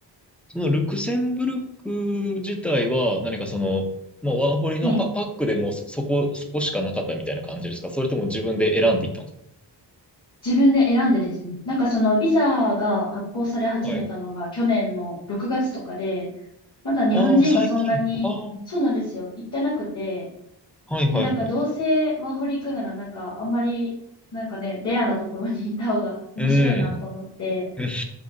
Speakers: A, in the centre; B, on the left.
A: そのルクセンブルク自体は何かその、もうワンホリのパ、
B: はい。
A: パックでもうそ、そこ、そこしかなかったみたいな感じですかそれとも自分で選んでいったんです
B: 自分で選んでですね。なんかそのビザが発行され始めたのが去年の6月とかで、
A: かはい。
B: まだ日本人がそんなに、
A: ああ、最近。ああ、
B: そうなんですよ。行ってなくて、
A: はいはいはい。
B: で、なんかどうせワーホリ行くならなんかあんまり、なんかね、レアなところに行った方が <laughs> 面白いなと思って、
A: うん。<laughs> え